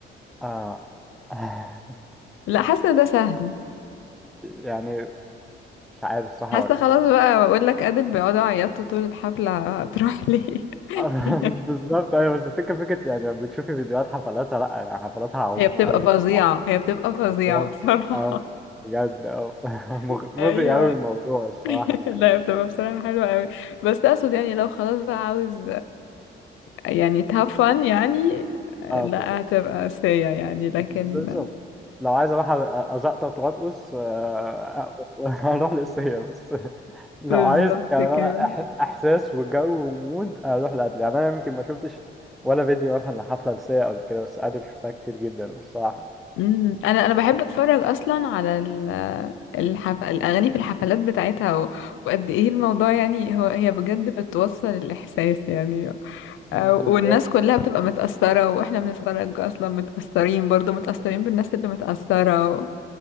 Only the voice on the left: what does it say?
لا حاسة ده سهل
حاسة خلاص بقى بقول لك أدل بيقعدوا يعيطوا طول الحفلة هتروح ليه
<laughs>
هي بتبقى
فظيعة
هي بتبقى فظيعة
بصراحة
<laughs>
ايوه
<laughs>
لا هي بتبقى بصراحة حلوة قوي بس اقصد يعني لو خلاص بقى عاوز يعني have fun يعني
لا
هتبقى سيئة يعني لكن
بالظبط
كده
امم انا انا بحب اتفرج اصلا على ال- الحف... الاغاني في الحفلات بتاعتها و... وقد ايه الموضوع يعني هو هي بجد بتوصل الاحساس يعني
آه، والناس كلها بتبقى متأثرة واحنا بنتفرج اصلا متأثرين برضو متأثرين بالناس اللي متأثرة و...